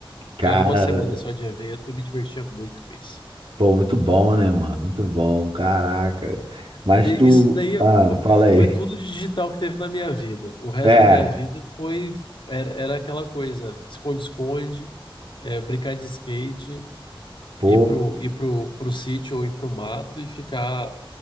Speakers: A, on the right; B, on the left.
A: Cara,
B: Que era uma semana só de evento e me divertia muito com isso.
A: pô, muito bom, né, mano? Muito bom, caraca. Mas
B: E
A: tu.
B: Isso daí
A: Ah,
B: foi,
A: fala aí.
B: foi tudo de digital que teve na minha vida. O resto
A: É,
B: da minha vida foi era, era aquela coisa, esconde-esconde, é, brincar de skate,
A: pô.
B: ir pro, ir pro, pro sítio ou ir pro mato e ficar